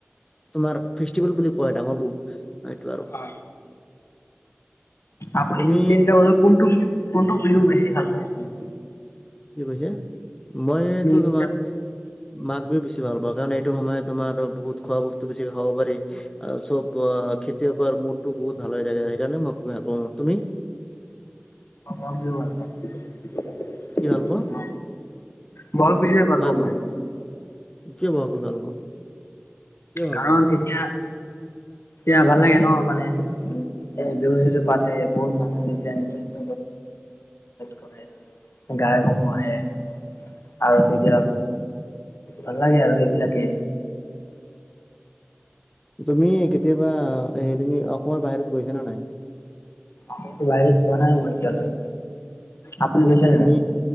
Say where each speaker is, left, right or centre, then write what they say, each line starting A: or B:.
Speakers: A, on the left (about 15°); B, on the left (about 70°).
A: তোমাৰ ফেষ্টিভেল বুলি কয় ডাঙৰ বহুত সেইটো আৰু। <inaudible>
B: হয় আপুনি
A: তুমি
B: এই তিনটা বিহু কোনটো বিহু কোনটো বিহু বেছি ভাল উম।
A: কি কৈছে? মই এইটো তোমাৰ
B: তিনিটাত
A: মাঘ বিহু বেছি ভাল পাওঁ কাৰণ এইটো সময়ত তোমাৰ বহুত খোৱা বস্তু বেছি খাব পাৰি আৰু চব অ খেতিয়কৰ মুডটো বহুত ভাল হৈ থাকে, সেইকাৰণে মই খুব ভাল পাওঁ, তুমি?
B: <unintelligible>
A: কি ভাল পোৱা?
B: অঁ বহাগ বিহুয়ে ভাল
A: মাঘ
B: পাওঁ
A: বিহু
B: মই।
A: কিয় বহাগ বিহু ভাল পোৱা? কিয় ভাল
B: কাৰণ
A: পোৱা?
B: তেতিয়া এতিয়া ভাল লাগে ন মানে উ এ বিহু যিটো পাতে বহুত মানুহে এতিয়া নৃত্য চিত কৰে। <inaudible> গায়ক সমূহ আহে। আৰু তেতিয়া ভাল লাগে আৰু এইবিলাকে।
A: তুমি কেতিয়াবা এই তুমি অসমৰ বাহিৰত গৈছা নে নাই?
B: অসমটোৰ বাহিৰত যোৱা নাই মই এতিয়ালৈ। আপুনি গৈছে
A: তুমি
B: নে নাই